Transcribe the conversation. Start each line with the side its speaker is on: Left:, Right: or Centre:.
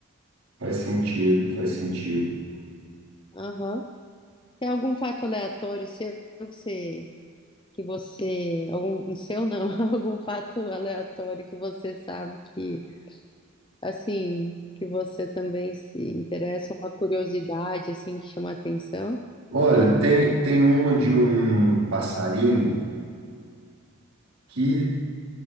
Right: Faz sentido, faz sentido.
Left: Aham. Tem algum fato aleatório seu que você que você, algum, não seu não, <laughs> algum fato aleatório que você sabe que, assim, que você também se interessa, uma curiosidade, assim, que chama a atenção?
Right: Olha, tem, tem uma de um passarinho que